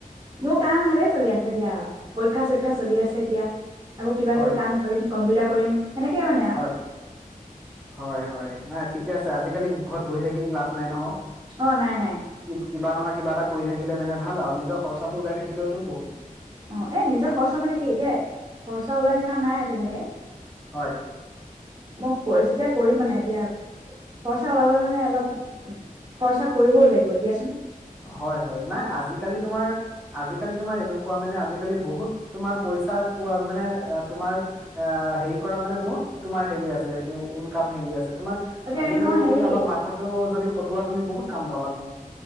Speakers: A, on the right; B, in the centre.
A: মোৰ কাম ভালে চলি আছে দিয়া পৰীক্ষা চৰীক্ষা চলি আছে এতিয়া আকৌ কিবা
B: হয়
A: কিবি কাম কৰিম, কম্পিউটাৰ কৰিম সেনেকে মানে আৰু
B: হয় হয় হয় নাই ঠিকে আছে আজিকালি ঘৰত বহি থাকি লাভ নাই নহয়
A: অ নাই নাই
B: কি কিবা নহয় কিবা এটা কৰি থাকি থাকিলে মানে ভাল আৱ নিজৰ খৰচাটো ওলাই থাকিলেও চোন বহুত
A: অ এই নিজৰ খৰচা মানে কি এতিয়া খৰচা ওলাই থকা নাই তেনেকে
B: হয়
A: মই যেতিয়া কৰিম মানে এতিয়া খৰচা ওলাবলে মানে অলপ খৰচা কৰিবও লাগিব দিয়াচোন।
B: হয় হয় নাই আজিকালি তোমাৰ আজিকালি তোমাৰ এনেকুৱা মানে আজিকালি বহুত তোমাৰ পইচা পোৱা মানে তোমাৰ এ হেৰি কৰা মানে বহুত তোমাৰ হেৰি আছে ইনকাম হেৰি আছে। তোমাৰ
A: এতিয়া
B: আজিকালি
A: মই হেৰি
B: তুমি অলপ মাথাটো যদি খতোৱা তুমি বহুত কাম পাবা তুমি।